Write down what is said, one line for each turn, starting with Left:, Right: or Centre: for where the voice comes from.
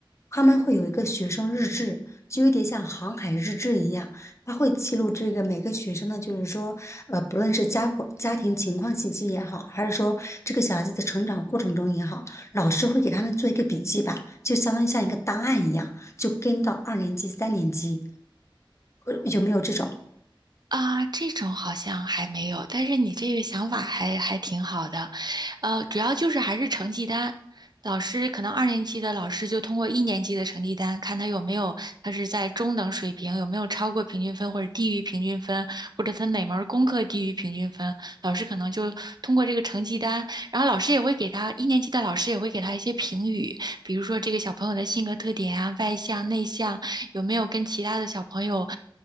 Left: 他们会有一个学生日志，就有点像航海日志一样，他会记录这个每个学生呢，就是说，呃，不论是家伙家庭情况信息也好，还是说这个小孩子的成长过程中也好，老师会给他们做一个笔记吧，就相当于像一个档案一样，就跟到二年级、三年级，呃，有没有这种？
Right: 啊，这种好像还没有，但是你这个想法还还挺好的，呃，主要就是还是成绩单，老师可能二年级的老师就通过一年级的成绩单，看他有没有他是在中等水平，有没有超过平均分或者低于平均分，或者他哪门儿功课低于平均分，老师可能就通过这个成绩单，然后老师也会给他一年级的老师也会给他一些评语，比如说这个小朋友的性格特点啊，外向内向。有没有跟其他的小朋友